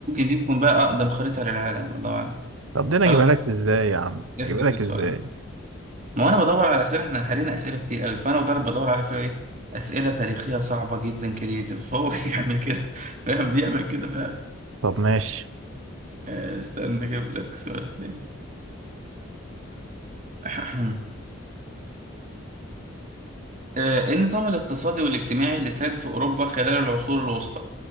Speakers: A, on the right (about 40°); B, on the right (about 85°).
A: دي تكون بقى أقدم خريطة للعالم الله أعلم
B: طب ده انا
A: خلاص
B: اجيبها لك
A: افكس
B: ازاي يا عم
A: افكس
B: اجيبها لك
A: السؤال
B: ازاي
A: ده ما هو أنا بدور على أسئلة إحنا هرينا أسئلة كتير قوي فأنا بدور بدور على فيه إيه أسئلة تاريخية صعبة جدا كرييتيف فهو <laughs> بيعمل كده فاهم بيعمل كده فعلا
B: طب ماشي
A: آه، استنى أجيب لك سؤال تاني <clears throat> آه، إيه النظام الاقتصادي والاجتماعي اللي ساد في أوروبا خلال العصور الوسطى